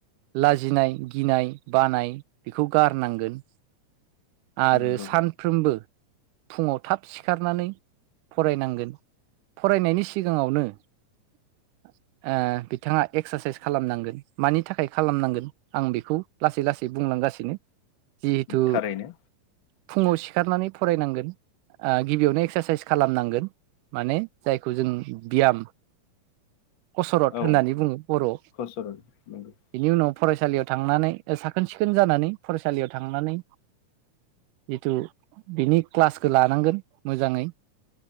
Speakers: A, on the right (about 80°); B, on the left (about 45°).
A: लाजिनाय गिनाय बानाय बेखौ गारनांगोन। आरो
B: नंगौ
A: सानफ्रोमबो फुङाव थाब सिखारनानै फरायनांगोन। फरायनायनि सिगाङावनो ओ बिथाङा एक्सारसाइस खालामनांगोन मानि थाखाय खालामनांगोन आं बेखौ लासै लासै बुं गासिनो जिहेथु
B: थारैनो
A: फुङाव सिखारनानै फरायनांगोन, ओ गिबियावनो एक्सारसाइस खालामनांगोन। माने जायखौ जों ब्याम कसरत
B: औ
A: होननानै बुङो बर'आव,
B: कसरत नंगौ
A: बिनि उनाव फरायसालियाव थांनानै साखोन सिखोन जानानै फरायसालियाव थांनानै जिथु बिनि क्लासखो लानांगोन मोजाङै